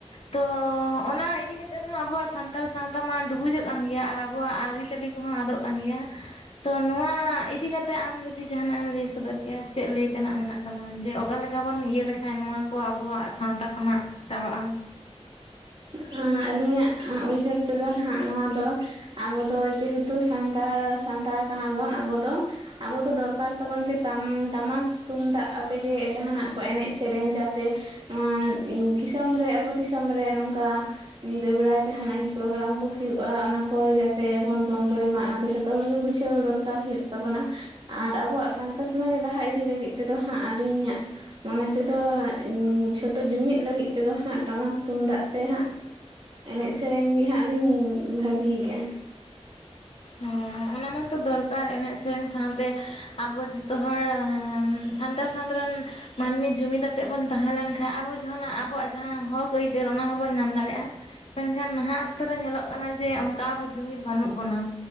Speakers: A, on the left; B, on the right.
A: ᱛᱚ ᱚᱱᱟ ᱤᱫᱤ ᱠᱟᱛᱮᱫ ᱦᱚᱸ ᱟᱵᱚᱣᱟᱜ ᱥᱟᱱ ᱛᱟᱲ ᱥᱟᱶᱛᱟ ᱢᱟ ᱰᱩᱵᱩᱡᱚᱜ ᱠᱟᱱ ᱜᱮᱭᱟ ᱟᱨ ᱟᱵᱚᱣᱟᱜ ᱟᱹᱨᱤᱪᱟᱹᱞᱤ ᱠᱚᱦᱚᱸ ᱟᱫᱚᱜ ᱠᱟᱱ ᱜᱮᱭᱟ᱾ ᱛᱚ ᱱᱚᱣᱟ ᱤᱫᱤ ᱠᱟᱛᱮ ᱟᱢ ᱡᱩᱫᱤ ᱡᱟᱦᱟᱱᱟᱜ ᱮᱢ ᱞᱟᱹᱭ ᱥᱚᱫᱚᱨ ᱠᱮᱭᱟ ᱪᱮᱫ ᱞᱟᱹᱭ ᱛᱮᱱᱟᱜ ᱢᱮᱱᱟᱜ ᱛᱟᱢᱟ? ᱡᱮ ᱚᱠᱟ ᱞᱮᱠᱟ ᱵᱚᱱ ᱤᱭᱟᱹ ᱞᱮᱠᱷᱟᱱ ᱱᱚᱣᱟ ᱠᱚ ᱟᱵᱚᱣᱟᱜ ᱥᱟᱶᱛᱟ ᱠᱷᱚᱱᱟᱜ ᱪᱟᱵᱟᱜᱼᱟ᱾
B: ᱟᱸ ᱟᱹᱞᱤᱧᱟᱜ ᱩᱭᱦᱟᱹᱨ ᱛᱮᱫᱚ ᱦᱟᱸᱜ ᱱᱟᱦᱟᱜ ᱱᱚᱣᱟ ᱫᱚ ᱟᱵᱚ ᱫᱚ ᱡᱮᱦᱮᱛᱩ ᱥᱟᱱᱛᱟᱲ ᱥᱟᱱᱛᱟᱲ ᱠᱟᱱᱟ ᱵᱚᱱ ᱟᱵᱚ ᱫᱚ᱾ ᱟᱵᱚ ᱫᱚ ᱫᱚᱨᱠᱟᱨ ᱛᱟᱵᱚᱱ ᱡᱮ ᱴᱟᱢ ᱴᱟᱢᱟᱠ, ᱛᱩᱢᱫᱟᱜ ᱟᱛᱮᱜ ᱜᱮ ᱡᱟᱦᱟᱱᱟᱜ ᱠᱚ ᱮᱱᱮᱡ ᱥᱮᱨᱮᱧ ᱡᱟᱛᱮ ᱱᱚᱣᱟ ᱩᱸ ᱫᱤᱥᱚᱢ ᱨᱮ ᱟᱵᱚ ᱫᱤᱥᱚᱢ ᱨᱮ ᱱᱚᱝᱠᱟ ᱧᱤᱫᱟᱹ ᱵᱮᱲᱟ ᱡᱟᱦᱱᱟᱜ ᱜᱮ ᱯᱨᱳᱜᱨᱟᱢ ᱠᱚ ᱦᱩᱭᱩᱜᱼᱟ ᱚᱱᱟ ᱠᱚ ᱡᱟᱛᱮ ᱵᱚᱱ ᱵᱚᱱᱫᱚᱭ ᱢᱟ, ᱚᱱᱟ ᱫᱚ ᱡᱷᱚᱛᱚ ᱦᱚᱲ ᱜᱮ ᱵᱩᱡᱷᱟᱹᱣ ᱫᱚᱨ ᱠᱟᱨ ᱦᱩᱭᱩᱜ ᱛᱟᱵᱚᱱᱟ ᱟᱨ ᱟᱵᱚᱣᱟᱜ ᱥᱟᱶᱛᱟ ᱥᱚᱢᱟᱡᱽ ᱞᱟᱦᱟ ᱤᱫᱤ ᱞᱟᱹᱜᱤᱫ ᱛᱮᱫᱚ ᱦᱟᱸᱜ ᱟᱹᱞᱤᱧᱟᱜ ᱢᱚᱱᱮ ᱛᱮᱫᱚ ᱡᱷᱚᱛᱚ ᱡᱩᱢᱤᱫ ᱞᱟᱹᱜᱤᱫ ᱛᱮᱫᱚ ᱦᱟᱸᱜ ᱴᱟᱢᱟᱠ ᱛᱩᱢᱫᱟᱜ ᱛᱮ ᱦᱟᱸᱜ ᱮᱱᱮᱡ ᱥᱮᱨᱮᱧ ᱜᱮ ᱦᱟᱸᱜ ᱞᱤᱧ ᱵᱷᱟᱹᱵᱤᱭᱮᱫᱼᱟ᱾
A: ᱦᱮᱸ ᱚᱱᱟ ᱢᱟᱛᱚ ᱫᱚᱨᱠᱟᱨ ᱮᱱᱮᱡ ᱥᱮᱨᱮᱧ ᱥᱟᱶᱛᱮ ᱟᱵᱚ ᱡᱷᱚᱛᱚ ᱦᱚᱲ ᱥᱟᱱᱛᱟᱲ ᱥᱟᱶᱛᱟ ᱨᱮᱱ ᱢᱟᱹᱱᱢᱤ ᱡᱩᱢᱤᱫ ᱟᱛᱮᱫ ᱵᱚᱱ ᱛᱟᱦᱮᱸ ᱞᱮᱱ ᱠᱷᱟᱱ ᱟᱵᱚ ᱡᱟᱦᱟᱱᱟᱜ ᱟᱵᱚᱣᱟᱜ ᱡᱟᱦᱟᱸ ᱦᱚᱠ ᱟᱹᱭᱫᱟᱹᱨ ᱚᱱᱟ ᱦᱚᱸᱵᱚᱱ ᱧᱟᱢ ᱫᱟᱲᱮᱭᱟᱜᱼᱟ ᱢᱮᱱᱠᱷᱟᱱ ᱱᱟᱦᱟᱜ ᱚᱠᱛᱮ ᱨᱮ ᱧᱮᱞᱚᱜ ᱠᱟᱱᱟ ᱡᱮ ᱚᱱᱠᱟ ᱟᱵᱚ ᱡᱩᱢᱤᱫ ᱵᱟᱹᱱᱩᱜ ᱵᱚᱱᱟ᱾